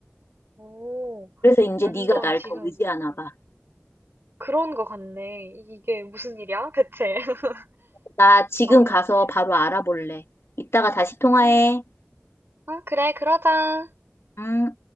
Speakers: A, on the right; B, on the left.
A: 오,
B: 그래서 이제
A: 완전
B: 네가 날
A: 지금,
B: 더 의지하나
A: 어,
B: 봐.
A: 그런 거 같네. 이게 무슨 일이야, 대체? <laughs>
B: 나 지금
A: 아무튼.
B: 가서 바로 알아볼래. 이따가 다시 통화해.
A: 음, 아, 그래, 그러자.
B: 음.